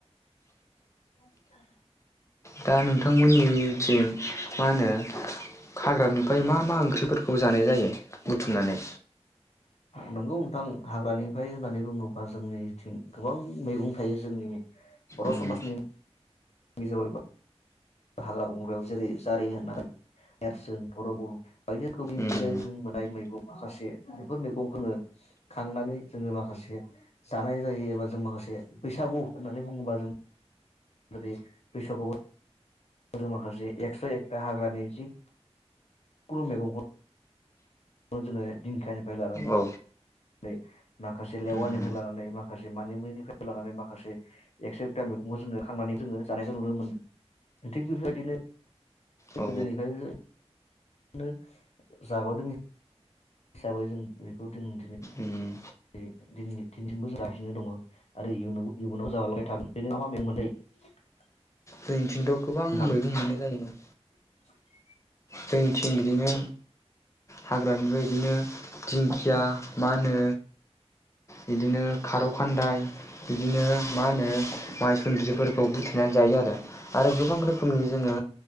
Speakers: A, on the left (about 75°); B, on the left (about 25°).
A: <inaudible>
B: दा नोंथांमोननि थिं मा होनो खाग्रानि ओमफ्राय मा मा ओंख्रिफोरखौ जानाय जायो बुथुमनानै
A: नंगौ नोंथां हाग्रानिफ्राय होननानै बुङोबा जोंनिथिं गोबां मैगं थायो जोंनि बर'
B: उम
A: समाजनि <unintelligible> हाग्रा बंग्रायाव जेरै जारि होननानै नेरसोन थरबल बायदि रोखोमनि मिथिंगायारि
B: उम
A: जों मोननाय मैगं माखासे बेफोर मैगंखौनो खांनानै जोङो माखासे जानाय जायो एबा जों माखासे बैसागु होननानै बुङोबा जों जेरै बैसागु माखासे एकस' एक्रा हाग्रानि जि <inaudible> कुनु मेगंखौ जोङो दिंखियानिफ्राय लानानै
B: औ
A: नै माखासे लेवारनिफ्राय
B: उम
A: लानानै माखासे मानिमुनिफ्राय लानानै माखासे एक्सट्राक्टम मैगंखौ जोङो खांनानै जोङो जानायखौ नुनो मोनो थिग बेफोरबायदिनो
B: औ
A: गोदोनिफ्राय नो जाबोदों हिसाबै जों बेखौ जों दिनै
B: उम
A: नै थिनसिम बोसोर जासिनो दङ आरोबो इयुनाव जालांबाय थागोन <unintelligible>
B: जोंनिथिंथ' गोबां
A: नोंथां
B: मैगं मोननाय जायो
A: <inaudible>
B: जोंनिथिं बिदिनो हाग्रानिफ्राय बायदिनो दिंखिया मा होनो बिदिनो खारौ खान्दाय बिदिनो मा होनो माइसुन्द्रिफोरखौ बुथेनानै जायो आरो आरो गोबां रोखोमनि जोङो